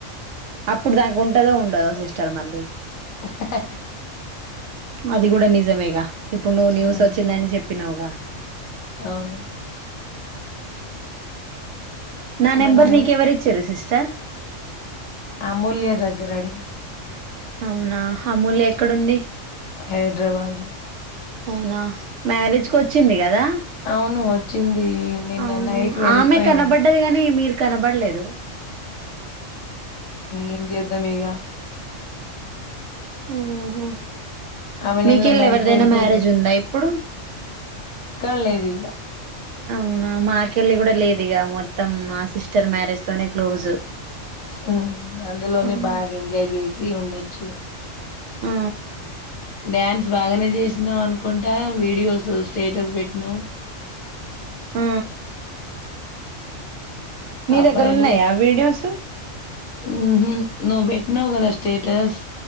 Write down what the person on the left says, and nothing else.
హ్ హ్ హ్
ఉమ్,
అవును
మనం
ఎప్-
అమూల్య దగ్గర అడిగిన
హైదరాబాద్ లో
అవును వచ్చింది నిన్న
నైట్ వెళ్ళిపోయింద
ఏం చేద్దాం ఇక
ఆమె
నిన్న నైట్
వెళ్ళిపోయిందట
ఎక్కడ లేదిగా
ఉ అందులోనే
బాగా ఎంజాయ్ చేసి ఉండొచ్చు ఇగ
ఆ డ్యాన్స్ బాగానే చేసినావు అనుకుంటా వీడియోస్ స్టేటస్ పెట్టినవు
అబ్బాయిలు
ఉహు నువ్వు పెట్నావు్ కదా స్టేటస్